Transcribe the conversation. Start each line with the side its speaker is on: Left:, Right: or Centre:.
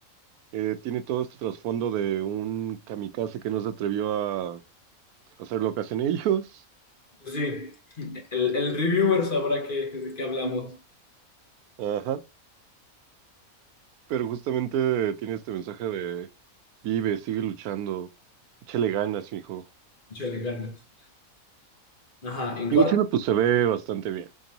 Right: Eh, tiene todo este trasfondo de un kamikaze que no se atrevió a O sea, lo que hacen ellos.
Left: Pues sí, el, el reviewer sabrá que, de qué hablamos.
Right: Ajá. Pero justamente tiene este mensaje de vive, sigue luchando, échale ganas, mijo.
Left: Mucho de ganas. Ajá, en cuarto.
Right: Y Godzilla pues se ve bastante bien.